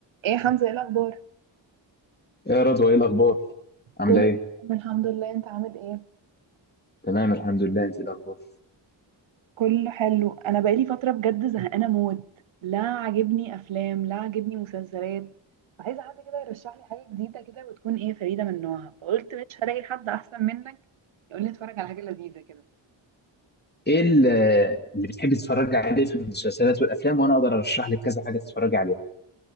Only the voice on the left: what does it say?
يا رضوى ايه الاخبار عامله
ايه
تمام الحمد لله انت إيه الاخبار
ايه ال- اللي بتحبي تتفرجي عليه في المسلسلات والافلام وانا اقدر ارشح لك كذا حاجه تتفرجي عليها